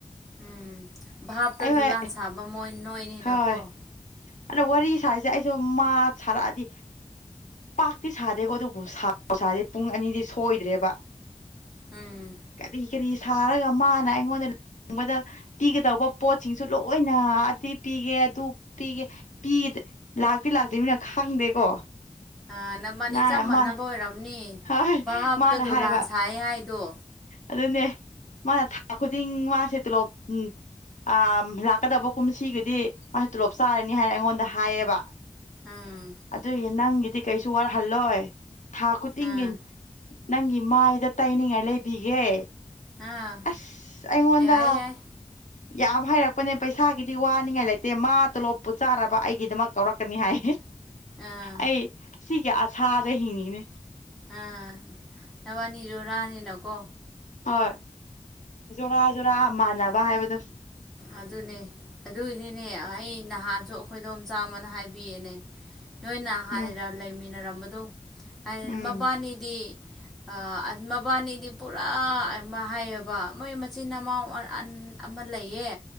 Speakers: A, in the centre; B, on the left.
A: ꯎꯝ ꯚꯥꯞꯇ
B: ꯑꯩꯍꯣꯏ
A: ꯗꯨꯂꯥꯟ ꯁꯥꯕ ꯃꯣꯏꯅꯣ ꯅꯀꯣ
B: ꯍꯣꯏ ꯑꯗꯣ ꯋꯥꯔꯤ ꯁꯥꯔꯤꯁꯦ ꯑꯩꯁꯨ ꯃꯥ ꯁꯥꯔꯛꯑꯗꯤ ꯄꯥꯛꯇꯤ ꯁꯥꯗꯦꯀꯣ ꯑꯗꯨꯕꯨ ꯁꯥꯕꯨ-ꯁꯥꯔ꯭ꯗꯤ ꯄꯨꯡ ꯑꯅꯤꯗꯤ ꯁꯣꯏꯗ꯭ꯔꯦꯕ
A: ꯎꯝ
B: ꯀꯔꯤ ꯀꯔꯤ ꯁꯥꯔꯒ ꯃꯥꯅ ꯑꯩꯉꯣꯟꯗ ꯂꯨꯍꯣꯡꯕꯗ ꯄꯤꯒꯗꯧꯕ ꯄꯣꯠꯁꯤꯡꯁꯨ ꯂꯣꯏꯅ ꯑꯗꯤ ꯄꯤꯒꯦ ꯑꯗꯨ ꯄꯤꯒꯦ ꯄꯤ ꯂꯥꯛꯇꯤ ꯂꯥꯛꯇꯤꯃꯤꯅ ꯈꯪꯗꯦꯀꯣ
A: ꯑ ꯅꯕꯥꯥꯅꯤ
B: ꯅ
A: ꯆꯞ ꯃꯥꯟꯅꯕ
B: ꯃꯥ
A: ꯑꯣꯏꯔꯝꯅꯤ
B: ꯍꯣꯏ
A: ꯚꯥꯞꯇ
B: ꯃꯥꯅ
A: ꯗꯣꯂꯥꯟ
B: ꯍꯥꯏꯕ
A: ꯁꯥꯏ ꯍꯥꯏꯗꯣ
B: ꯑꯗꯨꯅꯦ ꯃꯥꯅ ꯊꯥ-ꯈꯨꯗꯤꯡ ꯃꯥꯁꯦ ꯇꯣꯂꯣꯞ ꯎꯝ ꯑꯥ ꯂꯥꯛꯀꯗꯕ ꯀꯨꯝꯁꯤꯒꯗꯤ ꯃꯥ ꯇꯣꯂꯣꯞ ꯆꯥꯔꯅꯤ ꯍꯥꯏꯅ ꯑꯩꯉꯣꯟꯗ ꯍꯥꯏꯌꯦꯕ
A: ꯎꯝ
B: ꯑꯗꯨꯏꯒꯤ ꯅꯪꯒꯤꯗꯤ ꯀꯩꯁꯨ ꯋꯥꯠꯍꯜꯂꯣꯏ ꯊꯥ ꯈꯨꯗꯤꯡꯒꯤ
A: ꯑꯥ
B: ꯅꯪꯒꯤ ꯃꯥꯏꯗ ꯇꯩꯅꯤꯡꯉꯥꯏ ꯂꯩꯕꯤꯒꯦ
A: ꯑꯥ
B: ꯑꯁ ꯑꯩꯉꯣꯟꯗꯥ
A: ꯌꯥꯏ ꯌꯥꯏ
B: ꯌꯥꯝ ꯍꯥꯏꯔꯛꯄꯅꯦ ꯄꯩꯁꯥꯒꯤꯗꯤ ꯋꯥꯅꯤꯡꯉꯥꯏ ꯂꯩꯇꯦ ꯃꯥ ꯇꯣꯂꯣꯞꯄꯨ ꯆꯥꯔꯕ ꯑꯩꯒꯤꯗꯃꯛ ꯀꯧꯔꯛꯀꯅꯤ ꯍꯥꯏꯌꯦ
A: ꯑꯥ
B: ꯑꯩ ꯁꯤꯒꯤ ꯑꯁꯥꯗ ꯍꯤꯡꯉꯤꯅꯦ
A: ꯑꯥ ꯅꯕꯅꯤ ꯖꯨꯔꯥꯅꯤꯅꯀꯣ
B: ꯍꯣꯏ ꯖꯣꯔꯥ ꯖꯣꯔꯥ ꯃꯥꯟꯅꯕ ꯍꯥꯏꯕꯗꯣ
A: ꯑꯗꯨꯅꯦ ꯑꯗꯨꯒꯤꯅꯤꯅꯦ ꯑꯩ ꯅꯍꯥꯟꯁꯨ ꯑꯩꯈꯣꯏ ꯏqꯗꯣꯝꯆꯥꯥ ꯑꯃꯅ ꯍꯥꯏꯕꯤꯌꯦꯅꯦ ꯅꯣꯏꯅ ꯍꯥꯟꯅ
B: ꯎꯝ
A: ꯂꯩꯃꯤꯟꯅꯔꯝꯕꯗꯣ ꯍꯥꯏ
B: ꯎꯝ
A: ꯃꯕꯥꯅꯤꯗꯤ ꯑꯥ ꯑꯟ ꯃꯕꯥꯅꯤꯗꯤ ꯄꯨꯔꯥ ꯃꯥ ꯍꯥꯏꯌꯦꯕ ꯃꯣꯏ ꯃꯆꯤꯟ ꯅꯃꯥꯎ ꯑ ꯑꯟ ꯑꯃ ꯂꯩꯌꯦ